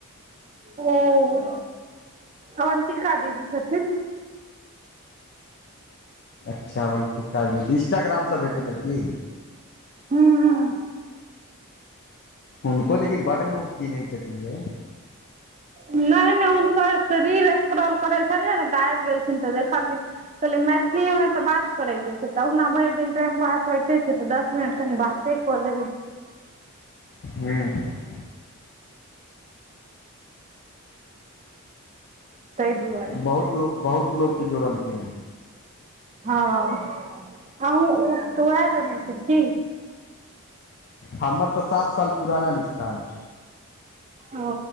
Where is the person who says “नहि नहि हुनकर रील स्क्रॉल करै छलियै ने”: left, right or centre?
Right